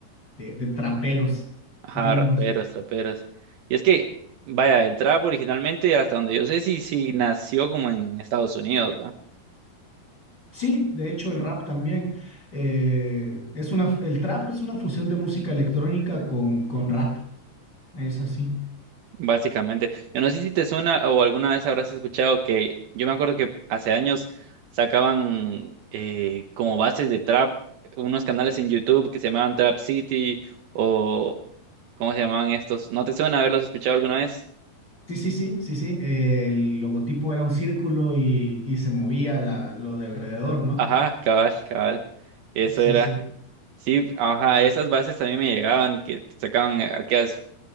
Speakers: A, on the left (about 25°); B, on the right (about 70°).
A: de, de traperos
B: Ajá,
A: gringos.
B: raperos, traperos. Y es que, vaya, el trap originalmente, hasta donde yo sé, sí, sí nació como en Estados Unidos, ¿va?
A: Sí, de hecho el rap también. eh, es una, el trap es una fusión de música electrónica con, con rap, es así.
B: Básicamente. Yo no sé si te suena o alguna vez habrás escuchado que yo me acuerdo que hace años sacaban eh, como bases de trap unos canales en YouTube que se llamaban Trap City o ¿cómo se llamaban estos? ¿No te suena haberlos escuchado alguna vez?
A: Sí, sí, sí, sí, sí. eh, el logotipo era un círculo y, y se movía la, lo de alrededor, ¿no?
B: Ajá, cabal, cabal. Eso
A: Sí,
B: era.
A: sí.
B: Sí, ajá, esas bases a mí me llegaban, que sacaban aquellas